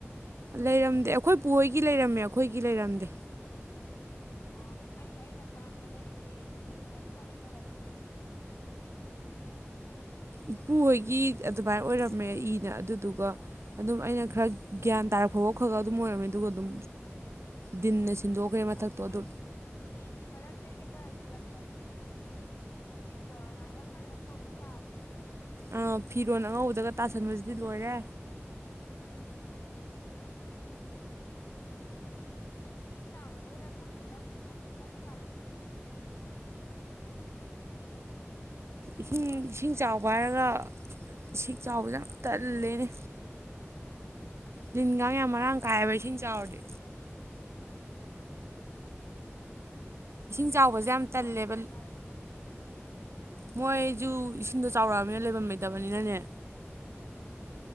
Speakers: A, on the right; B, on the left.
A: ꯂꯩꯔꯝꯗꯦ ꯑꯩꯈꯣꯏꯄꯨ ꯍꯣꯏꯒꯤ ꯂꯩꯔꯝꯃꯦ ꯑꯩꯈꯣꯏꯒꯤ ꯂꯩꯔꯝꯗꯦ
B: ꯑꯣ ꯑꯩꯁꯨ ꯑꯩꯅ ꯈꯪꯉꯛꯄꯗꯒꯤꯗꯤ ꯑꯗꯨꯝ ꯇꯤꯟꯗꯒꯤꯇ ꯑꯗꯨꯝ ꯂꯩꯔꯝꯃꯦꯕ
A: ꯏꯄꯨ ꯍꯣꯏꯒꯤ ꯑꯗꯨꯃꯥꯏꯅ ꯑꯣꯏꯔꯝꯃꯦ ꯏꯅ ꯑꯗꯨꯗꯨꯒ ꯑꯗꯨꯝ ꯑꯩꯅ ꯈꯔ ꯒ꯭ꯌꯥꯟ ꯇꯥꯔꯛꯐꯥꯎꯕ ꯈꯔꯒ ꯑꯗꯨꯝ ꯑꯣꯏꯔꯝꯃꯦ ꯑꯗꯨꯒ ꯑꯗꯨꯝ ꯗꯤꯟꯅ ꯁꯤꯟꯗꯣꯛꯈ꯭ꯔꯦ ꯃꯊꯛꯇꯣ
B: ꯑꯗꯨꯒꯤ
A: ꯑꯗꯣ
B: ꯏ-ꯒꯤ ꯃꯔꯛꯇ ꯀꯩꯀꯥ ꯌꯨꯔꯛꯄꯁꯤꯗꯤ ꯏꯁꯤꯡꯗꯣ ꯉꯥꯡꯂꯞ ꯉꯥꯡꯂꯞ ꯇꯧꯕꯒ ꯇꯥꯕꯅꯤ
A: ꯑꯥ ꯐꯤꯔꯣꯜ ꯑꯉꯧꯕꯗꯒ ꯇꯥꯁꯟꯕꯁꯤꯗꯤ ꯂꯣꯏꯔꯦ
B: ꯏꯁꯤꯡ ꯆꯥꯎꯒꯗꯣꯏꯔꯥ ꯈꯈꯪꯗꯦꯗ ꯅꯣꯡꯁꯦ ꯀꯟꯅ ꯇꯥꯔꯛꯑꯦ
A: ꯏꯁꯤꯡ ꯏꯁꯤꯡ ꯆꯥꯎꯕ ꯍꯥꯏꯔꯒ ꯏꯁꯤꯡ ꯆꯥꯎꯕꯁꯦ ꯌꯥꯝ ꯇꯜꯂꯦꯅꯦ ꯂꯤꯟꯀꯥꯡ ꯌꯥꯝ ꯃꯔꯥꯡ
B: ꯀꯩꯕ
A: ꯀꯥꯏꯕ ꯏꯁꯤꯡ ꯆꯥꯎꯔꯗꯤ ꯏꯁꯤꯡ ꯆꯥꯎꯕꯁꯦ ꯌꯥꯝ ꯇꯜꯂꯦꯕ
B: ꯀꯥꯏꯗꯩꯅꯣ ꯀꯥꯏꯗꯩ
A: ꯃꯣꯏꯁꯨ ꯏꯁꯤꯡꯗꯣ ꯆꯥꯎꯔꯛꯑꯕꯅꯤꯅ ꯂꯩꯐꯝꯝ ꯂꯩꯇꯕꯅꯤꯅꯅꯦ